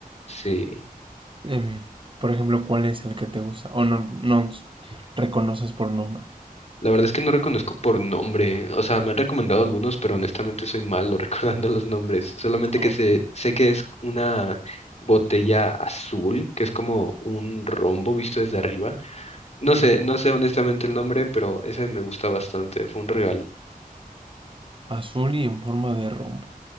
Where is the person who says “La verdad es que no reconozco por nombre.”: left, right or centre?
Left